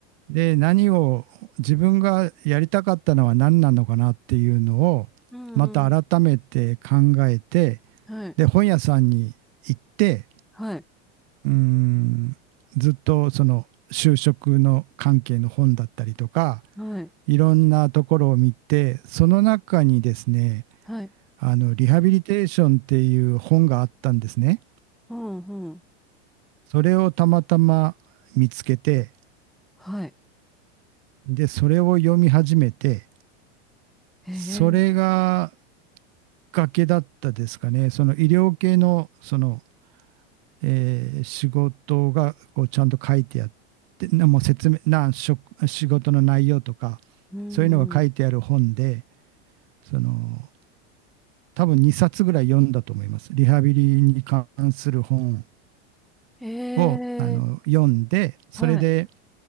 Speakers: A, on the right; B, in the centre.
A: で、何を、自分がやりたかったのは何なのかなっていうのを、
B: うんうん。
A: また改めて考えて、
B: はい、
A: で、本屋さんに行って、
B: はい、
A: うーん、ずっとその就職の関係の本だったりとか、
B: はい、
A: いろんなところを見て、その中にですね、
B: はい。
A: あの、リハビリテーションっていう本があったんですね。
B: うん、うん。
A: それをたまたま見つけて、
B: はい。
A: で、それを読み始めて、
B: へえ、
A: それが崖だったですかね。その医療系の、その、えー仕事がこうちゃんと書いてあって、なもう説明、な、職仕事の内容とか、
B: うん、
A: そういうのが書いてある本で、
B: うん。
A: その、多分2冊ぐらい読んだと思います。リハビリに関する本
B: へえ、
A: をあの読んで、それで、
B: はい。